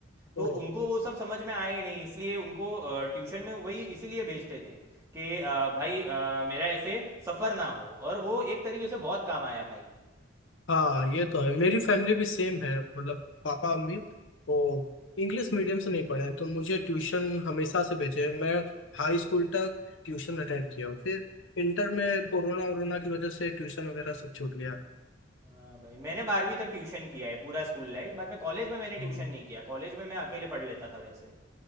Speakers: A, on the left; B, on the right.
A: तो
B: तो उनको वो सब समझ में आया ही नहीं इसलिए उनको ट्यूशन में वही इसीलिए भेजते थे कि अ, भाई अ, मेरा ऐसे सफ़र ना हो और वो एक तरीके से बहुत काम आया भाई
A: हाँ ये तो है मेरी फैमिली भी सेम है मतलब पापा मम्मी वो इंग्लिश मीडियम से नहीं पढ़े हैं, तो मुझे ट्यूशन हमेशा से भेजे हैं। मैं हाई स्कूल तक ट्यूशन अटेंड किया हूँ फिर इंटर में कोरोना वोरोना की वजह से ट्यूशन वगैरह सब छूट गया
B: हाँ भाई मैंने बारहवीं तक ट्यूशन किया है पूरा स्कूल लाइफ बाद में कॉलेज में मैंने ट्यूशन
A: हाँ।
B: नहीं किया कॉलेज में मैं अकेले पढ़ लेता था वैसे